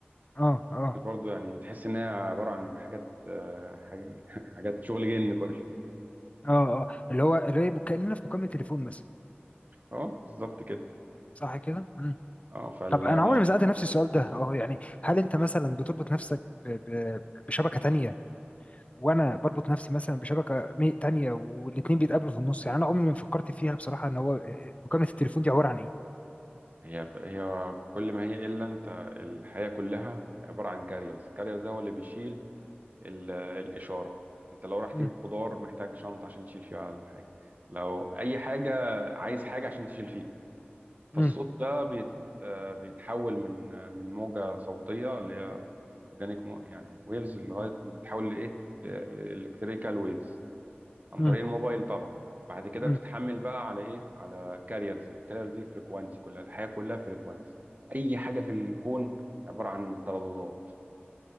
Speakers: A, on the left (about 35°); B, on the right (about 45°).
A: اه اه
B: دي برضه يعني تحس ان هي عباره عن حاجات آه، حاج... <laughs> حاجات شغل جن كله
A: اه اه اللي هو اللي هي كأننا في مكالمة تليفون مثلا
B: <laughs> اه بالظبط كده
A: صح كده؟ مم.
B: اه فالموضوع
A: طب انا عمري ما سألت نفسي السؤال ده اه يعني هل انت مثلا بتربط نفسك ب... ب... بشبكة تانية وانا بربط نفسي مثلا بشبكة مي- تانية والاتنين بيتقابلوا في النص يعني انا عمري ما فكرت فيها بصراحة ان هو آه، مكالمة التليفون دي عبارة عن ايه؟
B: هي هي كل ما هي الا انت الحياه كلها عباره عن كاريرز الكاريرز ده هو اللي بيشيل ال- الإشارة أنت لو رايح
A: مم.
B: تجيب خضار محتاج شنطة عشان تشيل فيها الحاجة لو أي حاجة عايز حاجة عشان تشيل فيها
A: مم.
B: فالصوت ده بيت آه، بيتحول من آه، من موجة صوتية اللي هي أورجانيك مو يعني ويفز لغاية تحول لإيه الكتريكال ويفز عن
A: مم.
B: طريق الموبايل طبعا بعد كده
A: مم.
B: بتتحمل بقى على إيه على كاريرز الكاريرز دي فريكوانسي كلها الحياة كلها فريكوانسي أي حاجة في الكون عبارة عن ترددات